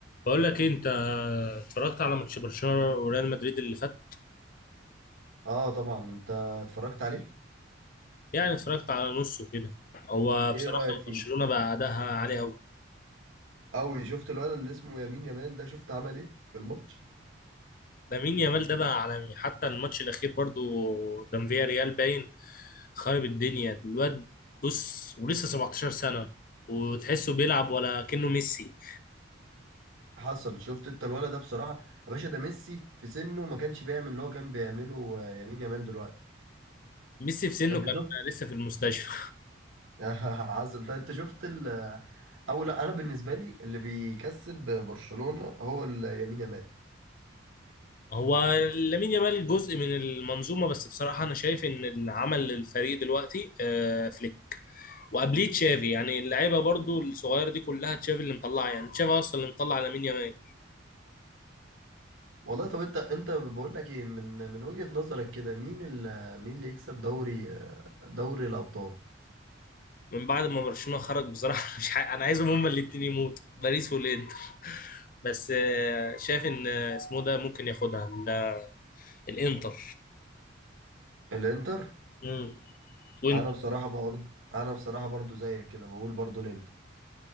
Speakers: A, on the left; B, on the right.
A: بقول لك إيه، انت اتفرجت على ماتش برشلونه وريال مدريد اللي فات
B: اه طبعا انت اتفرجت عليه
A: يعني اتفرجت على نصه كده هو
B: ايه
A: بصراحه
B: رأيك فيه
A: برشلونه بقى اداها عالي قوي
B: قوي شفت الولد اللي اسمه يمين يامال ده شفت عمل ايه في الماتش
A: لامين يامال ده بقى عالمي حتى الماتش الاخير برضو قدام فيا ريال باين خارب الدنيا الواد بص ولسه 17 سنه وتحسه بيلعب ولا كأنه ميسي
B: حصل شفت انت الولد ده بصراحة يا باشا ده ميسي في سنه ما كانش بيعمل اللي هو كان بيعمله آه، يمين يامال دلوقتي
A: ميسي في سنه
B: انت
A: كان
B: شفت
A: لسه في المستشفى
B: <laughs> حصل ده انت شفت ال آه، او لا انا بالنسبة لي اللي بيكسب برشلونة هو ال- يمين يامال
A: هو لامين يامال جزء من المنظومه بس بصراحه انا شايف ان اللي عمل الفريق دلوقتي آه، فليك وقبليه تشافي يعني اللعيبه برضو الصغيره دي كلها تشافي اللي مطلعها يعني تشافي اصلا اللي مطلع لامين يامال
B: والله طب انت انت بقول لك ايه من من وجهة نظرك كده مين ال- مين اللي يكسب دوري آه، دوري الابطال
A: من بعد ما برشلونه خرج بصراحه <laughs> مش ح... انا عايزهم هما الاثنين يموتوا باريس والانتر <laughs> بس آه، شايف ان آه، اسمه ده ممكن ياخدها ال- الانتر
B: الانتر
A: مم. وانت
B: انا بصراحه برضه انا بصراحه برضه زيك كده بقول برضه الانتر